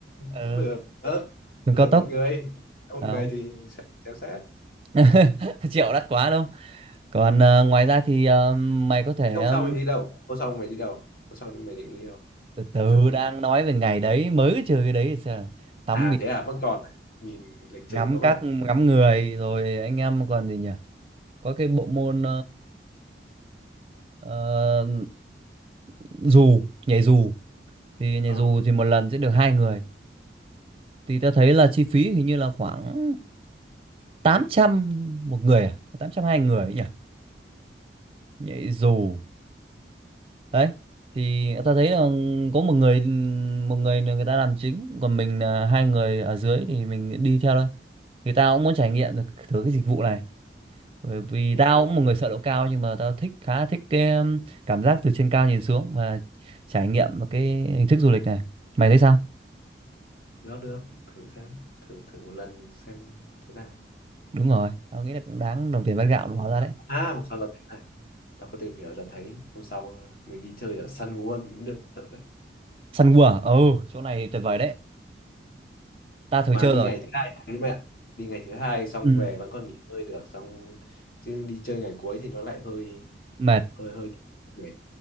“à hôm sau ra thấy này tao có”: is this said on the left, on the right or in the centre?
Left